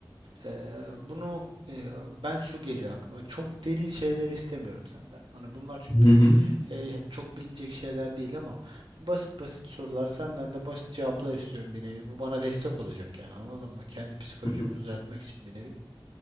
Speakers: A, on the right (about 80°); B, on the left (about 70°).
A: E, bunu e, ben şu geliyor aklıma. Çok derin şeyler istemiyorum senden. Hani bunlar çünkü
B: hı. Hı
A: e, çok bilinecek şeyler değil ama basit basit sorular senden de basit cevaplar istiyorum bir nevi. Bu bana destek olacak yani anladın mı? Kendi psikolojimi
B: hı.
A: düzeltmek için bir nevi.